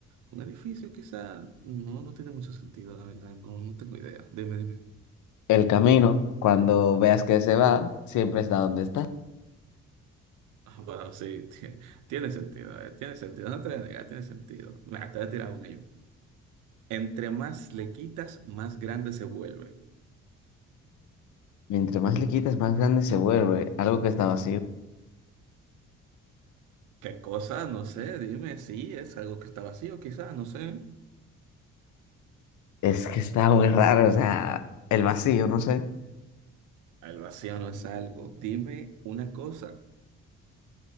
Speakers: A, on the right; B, on the left.
A: Un edificio quizá no, no tiene mucho sentido, la verdad. No, no tengo idea. Dime, dime.
B: El camino, cuando veas que se va, siempre está donde está.
A: Ah, Bueno, sí, ti- tiene sentido, eh, tiene sentido. No te voy a negar, tiene sentido. Mira, te voy a tirar una yo. Entre más le quitas, más grande se vuelve.
B: Mientras más le quitas, más grande se vuelve. Algo que está vacío.
A: ¿Qué cosa? No sé, dime. Sí, es algo que está vacío, quizá, no sé.
B: Es que está muy raro, o sea, el vacío, no sé.
A: El vacío no es algo. Dime una cosa.